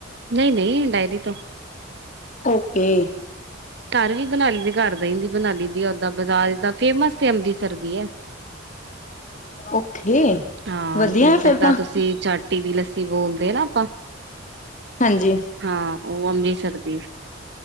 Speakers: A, on the right; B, on the left.
A: ਨਹੀਂ-ਨਹੀਂ ਡਾਇਰੀ ਤੋਂ
B: ਓਕੇ।
A: ਘਰ ਵੀ ਬਣਾ ਲੀ ਦੇ, ਕਰ ਦਈ ਵੀ ਬਨਾ ਲਈ ਦੀ ਆ ਓਦਾਂ ਬਜਾਜ ਦਾ ਫੇਮਸ ਤੇ ਅੰਮ੍ਰਿਤਸਰ ਦੀ ਐ,
B: ਓਕੇ
A: ਹਾਂ
B: ਵਧੀਆ
A: ਜ ਜਿੱਦਾਂ
B: ਫੇਰ ਤਾਂ
A: ਤੁਸੀਂ ਚੱ ਟੀ ਵੀ ਲ ਬੋਲਦੇ ਨਾ ਆਪਾਂ
B: ਹਾਂਜੀ
A: ਹਾਂ ਓ ਅੰਮ੍ ਸ਼ਕਦੀਫ